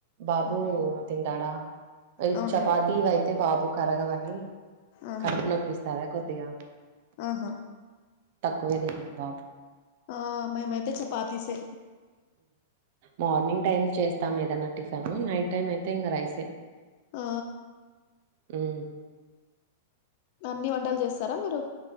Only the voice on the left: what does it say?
ఉమ్
అవునులే
ఆహా
ఆహా
ఆ మేమైతే చపాతి సే
ఆ
అన్ని వంటలు చేస్తారా మీరు